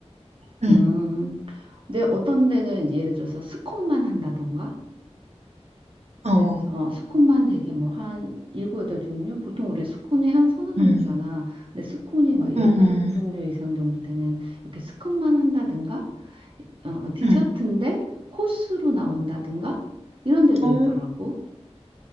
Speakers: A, on the right (about 75°); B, on the right (about 50°).
A: 응,
B: 음, 근데 어떤 데는 이제 예를 들어서 스콘만 한다던가?
A: 어,
B: 예를 들어서 어, 스콘만 되게 뭐 한 일곱 여덟 종류? 보통 우리 스콘이 한 서너 종류잖아.
A: 응,
B: 근데 스콘이 막 열다섯
A: 응, 응,
B: 종류 이상 정도 되는 이렇게 스콘만 한다든가 어, 디저트인데
A: 응.
B: 코스로 나온다든가 이런 데도
A: 어,
B: 있더라고.